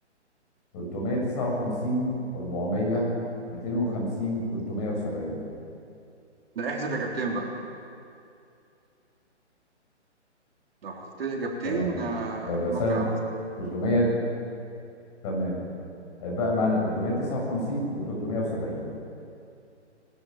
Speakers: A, on the left; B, on the right.
A: 359 400 250 370
B: لا احذف إجابتين بقى لو حذفت لي إجابتين
A: تمام
B: آه
A: فيبقى
B: ممكن
A: سنة
B: أعرفهم
A: 300 تمام هيبقى معانا 359 و370